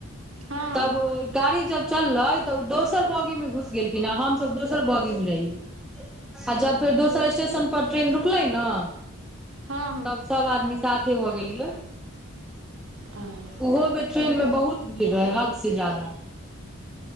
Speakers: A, on the right; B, in the centre.
A: हँ
B: तब गाड़ी जब चललै तब दोसर बौगी मे घुस गेलखिन आ हमसब दोसर बौगी मे रहियै आ जब फेर दोसर
A: ओ
B: स्टेशन पर ट्रेन रुकलै न
A: हँ
B: तब सब आदमी साथे भऽ गेलियै
A: हँ
B: उहो बेर ट्रेन मे बहुत भीड़ रहै हद से जादा